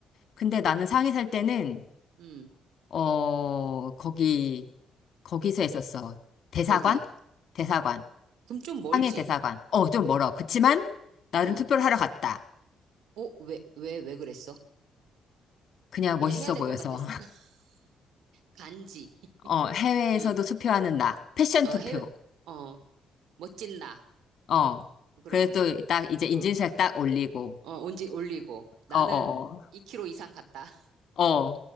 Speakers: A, on the left; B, on the right.
A: 근데 나는 상해 살 때는,
B: 음. 음.
A: 어, 거기, 거기서 했었어. 대사관?
B: 어디?
A: 대사관.
B: 그럼 좀 멀지?
A: 상해 대사관. 어, 좀 멀어. 그치만, 나는
B: 어.
A: 투표를 하러 갔다.
B: 어, 왜, 왜, 왜 그랬어?
A: 그냥 멋있어
B: 그냥 해야 될
A: 보여서.
B: 것 같았어. <laughs> 간지. <laughs>
A: 어, 해외에서도
B: 응.
A: 투표하는 나. 패션
B: 어,
A: 투표.
B: 해외, 어, 멋진 나.
A: 어.
B: 그러면서,
A: 그래서 또 딱 이제 인증샷
B: 어.
A: 딱 올리고.
B: 어, 온지 올리고. 나는
A: 어, 어,
B: 2kg 이상 갔다. <laughs>
A: 어. 어.